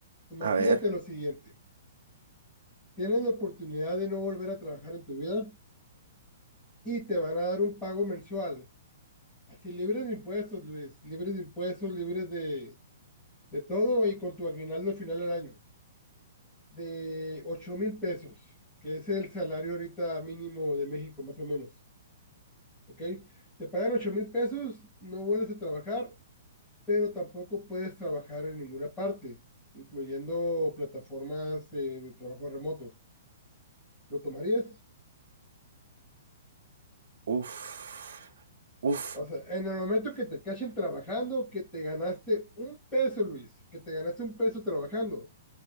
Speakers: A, on the left; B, on the right.
A: Imagínate
B: A ver,
A: lo siguiente. Tienes la oportunidad de no volver a trabajar en tu vida y te van a dar un pago mensual. Así libres de impuestos, Luis. Libres de impuestos, libres de, de todo y con tu aguinaldo al final del año. De ocho mil pesos, que es el salario ahorita mínimo de México, más o menos. ¿Ok? Te pagan ocho mil pesos, no vuelves a trabajar, pero tampoco puedes trabajar en ninguna parte, incluyendo plataformas eh, de trabajo remoto. ¿Lo tomarías?
B: uff, uff,
A: O sea, en el momento que te cachen trabajando, que te ganaste un peso, Luis, que te ganaste un peso trabajando,